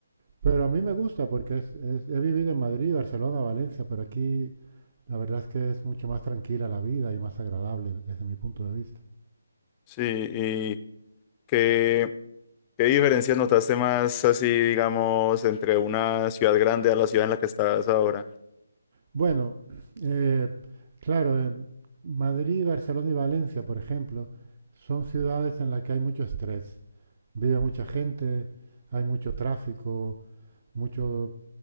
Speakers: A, on the right; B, on the left.
A: Pero a mí me gusta porque es, es- he vivido en Madrid, Barcelona, Valencia, pero aquí la verdad es que es mucho más tranquila la vida y más agradable desde mi punto de vista.
B: sí, ¿y qué, qué diferencias notaste más así, digamos, entre una ciudad grande a la ciudad en la que estás ahora?
A: Bueno, eh, claro, eh, Madrid, Barcelona y Valencia, por ejemplo, son ciudades en las que hay mucho estrés. Vive mucha gente, hay mucho tráfico, mucho,